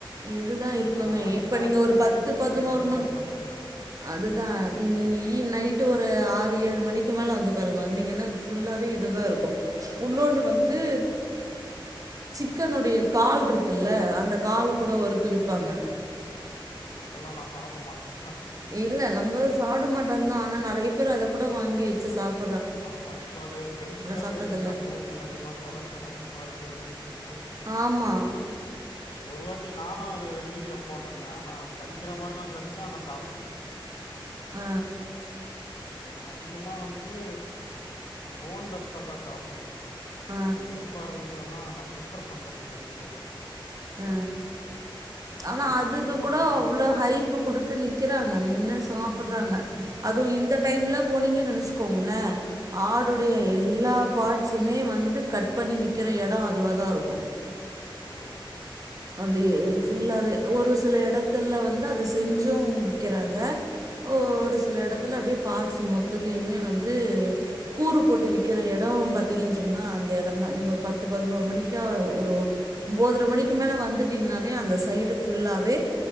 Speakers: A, on the right; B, on the left.
A: இதுதா இருக்குமே
B: ஆனா நாங்க
A: இப்ப
B: காலையில
A: நீங்க ஒரு
B: போனது
A: பத்து பதினோரு மண்
B: கடை தாங்க இருந்துச்சு.
A: அதுதா நீங்க ஈ நைட்டு ஒரு ஆ று ஏழு மணிக்கு மேல வந்து பாருங்க வந்தீங்கன்னா ஃபுல்லாவே இதுதா இருக்கு உன்னோன்னு வந்து
B: ஆ.
A: சிக்கனுடைய கால் இருக்குல்ல அந்த கால் கூட ஒருத்தரு விப்பாங்க
B: ஐயோ அதெல்லா நா சாப்ட மாட்டங்க்கா
A: இல்ல நம்ப சாப்ட மாட்டோந்தா ஆனா நறைய பேர் அத கூட வாங்கி வச்சு சாப்
B: ஆமா இப்ப அது ட்ரெண்டிங்காவே
A: சாப்ட்டதில்ல
B: இருக்குதுக்கா பு்ரோட்டீன் அதிகமா கொலாச்சன் அதிகமா இருக்கு அப்டின் சொல் ட்டு
A: ஆமா.
B: அத ஒரு வா ட்டி நானு அத வீடியோ போட்டங்க்கா ஆனா கடிக்கிற மார்தா கடிச்சா ஆனா சாப்புட்ல
A: அ,
B: நா அதிகமா வந் து போன்லெஸ் தாங்க்கா சாப்டுவ
A: அ,
B: அது எலும்பாருந்தால்லா நா ப்ரிஃபர் பண்றதில்ல அதிகபட்சொ
A: ஆ ஆனா அதுக்கு
B: சிக்கன் ஃபீட்டு
A: கூட அவ்ளோவ் ஹைப்பு குடுத்து நிக்கிறாங்க நின்னு சாப் புர்றாங்க அதுவு இந்த டைம்ல
B: ஆமாங்க.
A: போனீங்கன் நெனச் கோங்ள ஆடுடைய
B: ம்.
A: எல்லா பார்ட்ஸுமே வந்து கட் பண்ணி விக்கற எட அதுவாதா இருக்கு
B: ஓ
A: அதய ஃபுல்லாவே ஒரு சில எடத்துல வந்து அத செஞ்சும் விக்கறாங்க ஓ
B: ம்,
A: ஒரு சில எடத்துல அப்டியே பார்ட்ஸ் மொத்தத்தையுமே வந்து கூறு போட்டு விக்கற எட பாத்திங்கன் வெச்சுக்கனா அந்த எடந்தா நீங்க ஒரு பத்து பதினோரு மணிக்கா ஒரு ஒம்போதரை மணிக் கு மேலே வந்துட்டிங்னாலே அந்த சைடு ஃபுல்லாவே